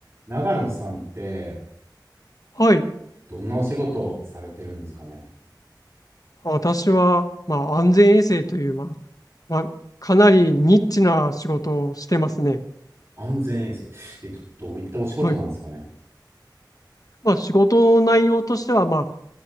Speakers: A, on the right; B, on the left.
A: 長野さんって、
B: はい。
A: どんなお仕事をされてるんですかね
B: 私は、まあ、安全衛生という、まあ、まあ、かなりニッチな仕事をしてますね。
A: 安全衛生。えっと、どういったお仕事なんですかね
B: はい。まあ、仕事の内容としては、まあ、